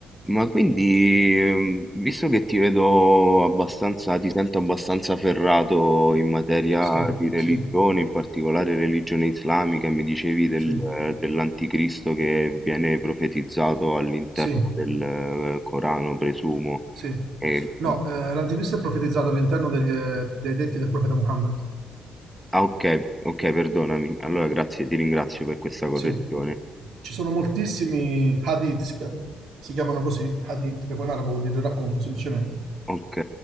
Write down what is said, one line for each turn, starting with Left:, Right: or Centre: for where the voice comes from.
Centre: Ma quindi, ehm, visto che ti vedo abbastanza, ti sento abbastanza ferrato in materia
Right: Sì,
Centre: di religione,
Right: sì,
Centre: in particolare religione islamica, mi dicevi del,
Right: sì,
Centre: eh, dell'anticristo che viene profetizzato all'interno
Right: sì,
Centre: del, eh, Corano, presumo.
Right: sì.
Centre: E-
Right: No,
Centre: mhmm,
Right: eh, l'anticristo è profetizzato all'interno degli, eh, dei detti del profeta Muhammad.
Centre: ah, ok, ok, perdonami. Allora, grazie, ti ringrazio per questa correzione.
Right: Sì, ci sono moltissimi hadith, si chiamano, si chiamano così, hadith, che poi in arabo vuol dire racconto, semplicemente,
Centre: Ok,